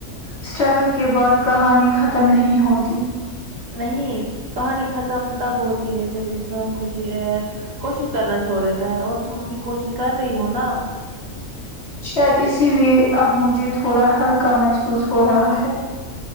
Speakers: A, on the left; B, on the right.
A: اسٹرگل کے بعد کہانی ختم نہیں ہوتی
B: نہیں کہانی ختم تب ہوتی ہے جب انسان خوشی کوشش کرنا چھوڑ دیتا ہے اور تم اب کوشش کر رہی ہو نا
A: شاید اسی لیے اب مجھے تھوڑا ہلکا محسوس ہو رہا ہے